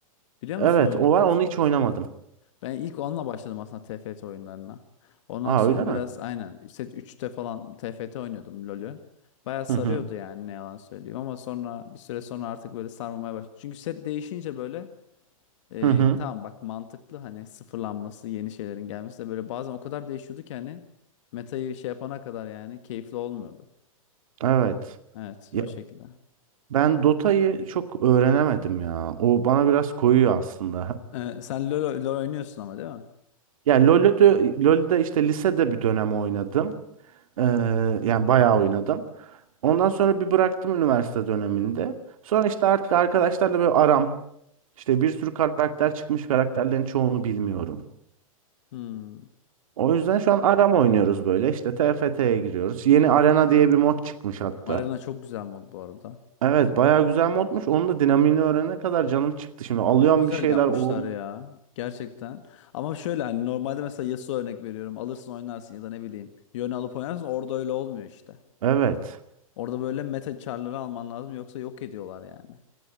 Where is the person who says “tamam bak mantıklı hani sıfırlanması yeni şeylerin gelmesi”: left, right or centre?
Left